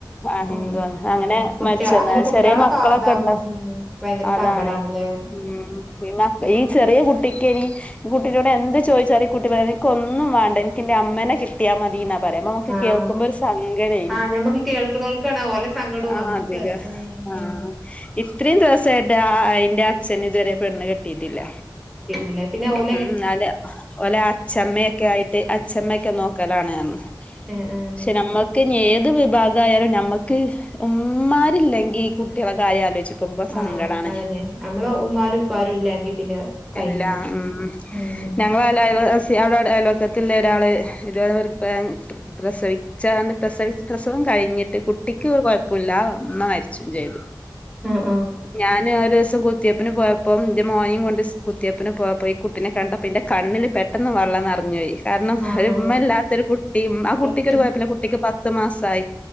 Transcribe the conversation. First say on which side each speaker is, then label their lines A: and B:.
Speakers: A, on the left; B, in the centre.
A: ആഹഹിന്ദുന്ന്
B: ഉം
A: അങ്ങനെ
B: ആഹ് കുട്ട്യാ
A: മരിച്ചന്ന
B: അങ്ങനെ കുട്ട്യാളൊക്കെ
A: ചെറിയ മക്കളൊക്കെ
B: ഇതാവുമ്പോ
A: ഇണ്ടോ
B: ഉം ഭയങ്കര
A: അതാണ്
B: സങ്കടാണ്ല്ലേ
A: ഉം പി ഈ ചെറിയ കുട്ടിക്ക്നി കുട്ടീട് എന്ത് ചോദിച്ചാറി കുട്ടി പറയണ് എനിക്ക് ഒന്നും വേണ്ട എനിക്ക് എന്റെ അമ്മേനെ കിട്ടിയാ മതീന്നാ പറയുമ്പോ നമുക്ക്
B: ആഹ്
A: കേൾക്കുമ്പോ ഒരു സങ്കടേനി.
B: ആഹ് ഞമ്മക്ക് കേൾക്ക്ണോൽക്കാണ് ഓലെ സങ്കടവും
A: ആ
B: നമ്മക്ക്
A: അതിക
B: ഉം
A: ആ
B: ഉം
A: ഇ ഇത്രയും ദിവസായിട്ട് അയിന്റെ അച്ഛന് ഇതുവരെ പെണ്ണ് കെട്ടിയിട്ടില്ല.
B: പിന്നെ പിന്നെ ഓൽ
A: ഉം ന്നാല് ഓലെ അച്ഛമ്മയൊക്കെ ആയിട്ട് അച്ഛമ്മൊക്കെ നോക്കലാണ് പഞ്.
B: ഏഹ് ഏഹ്
A: പക്ഷെ നമ്മക്ക് ഞ്ഞ് ഏത് വിഭാഗായാലും നമ്മക്ക് ഉമ്മാരില്ലെങ്കി കുട്ടികളെ കാര്യം ആലോചി ക്കുമ്പോ സങ്കടാണ്
B: ആഹ് അതന്നെ നമ്മളെ ഉമ്മാരും ഉപ്പാരും ഇല്ലാങ്കി പിന്നെ കഴിഞ്ഞു
A: ഇല്ലാ ഉം.
B: ഉം
A: ഞങ്ങളാ ലാ അയൽവാസ് അവിടെ അയൽ വക്കത്തിലുള്ള ഒരാൾ ഇത് വന്നവർക്ക് പ്രസവിച്ചാണ്ട് പ്രസവി പ്രസവം കഴിഞ്ഞിട്ട് കുട്ടിക്ക് ഒരു കുഴപ്പുല്ല ഉമ്മ മരിച്ചും ചെയ്തു
B: ആഹ്
A: ഞാൻ ആ ഒര് സം കുത്തിയ്പ്പിന് പോയപ്പോ ന്റെ മോനെ കൊണ്ട് കുത്തിയ്പ്പിന് പോയപ്പോ ഈ കുട്ടിനെ കണ്ടപ്പോന്റെ കണ്ണിൽ പെട്ടെന്ന് വ വെള്ളനെറഞ്ഞോയി കാരണംഉമ്മല്ലാത്തൊരു
B: ആഹ് ആഹ്
A: കുട്ടി ആ കുട്ടിക്ക്
B: കുട്ടി
A: ഒരു കുഴപ്പല്ല കുട്ടിക്ക് പത്ത് മാസയി.